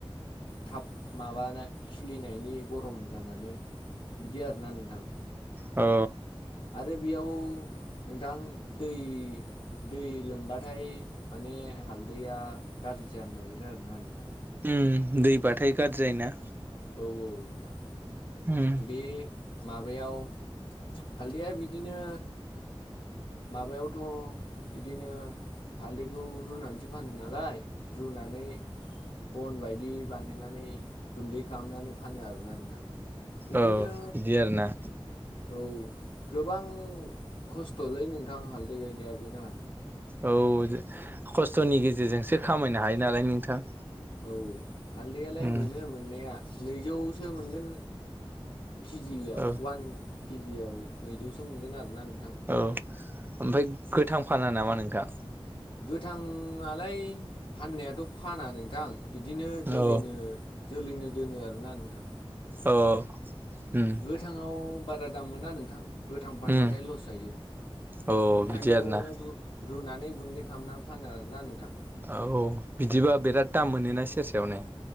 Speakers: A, on the left (about 60°); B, on the right (about 20°).
A: थाब माबानाय खिलिनायनि गरम जानानै बिदि आरोना नोंथां
B: औ
A: आरो बेयाव नोंथां दै दै लोमबाथाय माने। हालदैया गाज्रि जानो नागिरो आरोना नोंथां।
B: उम दैबाथाय गाज्रि जायोना।
A: औ औ नोंथां
B: उम
A: बे माबायाव हालदैया बिदिनो। माबायावथ' बिदिनो हालदैखौ रुनानैसो फानो नालाय। रुनानै। अन बायदि बानायनानै गुन्दै खालामनानै फानो आरोना नोंथां। बिदिनो
B: औ बिदि आरोना।
A: औ गोबां खस्थ'लै नोंथां हालदै गायनायाबोना।
B: औ खस्थ'नि गेजेरजोंसो खामायनो हायो नालाय नोंथां।
A: औ हालदैयालाय
B: उम
A: मोनो मोननाया नैजौसो मोनगोन। केजियाव
B: औ
A: अवान केजियाव नैजौसो मोनगोन आरोना नों
B: औ ओमफ्राय गोथां फाना नामा नोंथां।
A: गोथांलाय फाननायाथ' फाना नोंथां। बिदिनो जोलैनो
B: औ
A: जोलैनो दोनो आरोना नोंथां।
B: औ। उम
A: गोथांआव बारा दाम मोना नोंथां। गोथां फानबाथाय
B: उम
A: लस जायो
B: औ
A: ओंखायनो।
B: बिदि आरोना
A: रुनानै गुन्दै खालामनानै फानो आरोना नोंथां।
B: औ बिदिबा बिराद दाम मोनोना सेरसेयावनो।